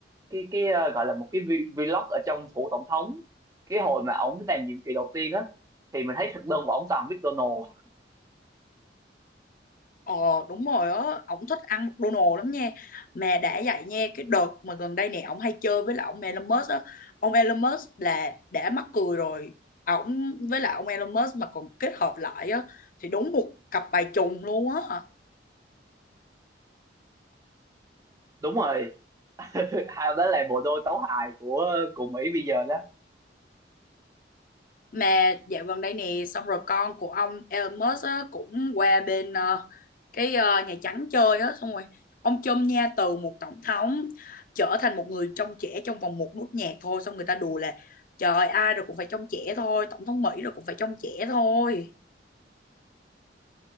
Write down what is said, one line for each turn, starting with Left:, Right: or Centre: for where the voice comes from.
Right: cái cái ờ, gọi là một cái vi- vlog ở trong phủ tổng thống cái hồi mà ổng làm nhiệm kỳ đầu tiên á thì mình thấy thực đơn của ổng toàn McDonald's
Left: Ờ đúng rồi á, ổng thích ăn McDonald's lắm nha. Mà đã vậy nha, cái đợt mà gần đây này ổng hay chơi với lại ông Elon Musk á. Ông Elon Musk là đã mắc cười rồi. À, Ổng với lại ông Elon Musk mà còn kết hợp lại á thì đúng một cặp bài trùng luôn á.
Right: đúng rồi <laughs> hay đó là bộ đôi tấu hài của của Mỹ bây giờ đó
Left: Mà dạo gần đây nè, xong rồi con của ông Elon Musk á cũng qua bên ờ, cái ờ, Nhà Trắng chơi á xong rồi ông Trump nha từ một tổng thống trở thành một người trong trẻ trong vòng một nốt nhạc thôi xong người ta đùa là trời ơi, ai rồi cũng phải trong trẻ thôi tổng thống Mỹ rồi cũng phải trong trẻ thôi